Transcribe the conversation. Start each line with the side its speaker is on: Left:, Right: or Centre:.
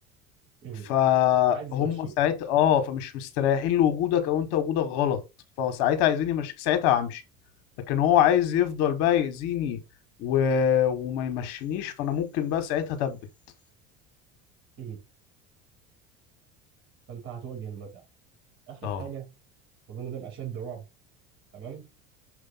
Right: امم
Left: فهم
Right: فعايز يمشيك
Left: ساعتها اه فمش مستريحين لوجودك او انت وجودك غلط فساعتها عايزين يمشيك ساعتها همشي لكن هو عايز يفضل بقى يأذيني و... وما يمشينيش فانا ممكن بقى ساعتها اتبت
Right: امم فانت هتواجه المساله اخر
Left: اه
Right: حاجه واظن ده الاشد رعب تمام